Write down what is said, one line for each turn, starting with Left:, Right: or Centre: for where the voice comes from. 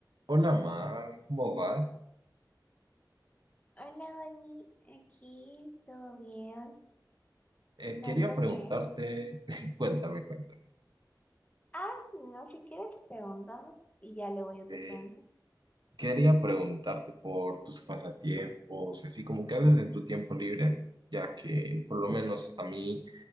Right: Hola Mar, ¿cómo vas?
Left: Hola, Dani, aquí, ¿todo bien?
Right: Eh,
Left: Te cuento
Right: quería preguntarte,
Left: que...
Right: <laughs> cuéntame, cuéntame.
Left: Ah, no, si quieres, pregúntame y ya luego yo te
Right: Eh,
Left: cuento.
Right: quería preguntarte por tus pasatiempos, así como qué haces en tu tiempo libre, ya que por lo menos a mí